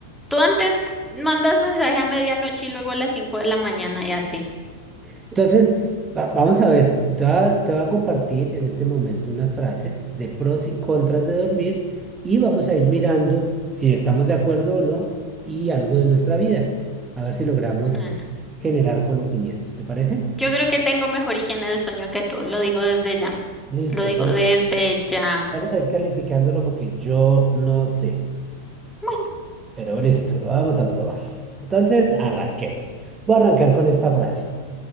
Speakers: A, in the centre; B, on the right.
A: Tú antes mandas mensaje a medianoche y luego a las 5 de la mañana y así.
B: Entonces, va- vamos a ver, te voy a, te voy a compartir en este momento unas frases de pros y contras de dormir y vamos a ir mirando si estamos de acuerdo o no y algo de nuestra vida, a ver si logramos
A: No, no.
B: generar conocimiento. ¿Te parece?
A: Yo creo que tengo mejor higiene del sueño que tú, lo digo desde ya,
B: Listo,
A: lo digo
B: vamos,
A: desde ya.
B: vamos a ir calificándolo porque yo no sé,
A: Bueno,
B: pero listo, lo vamos a probar. Entonces, arranquemos. Voy a arrancar con esta frase.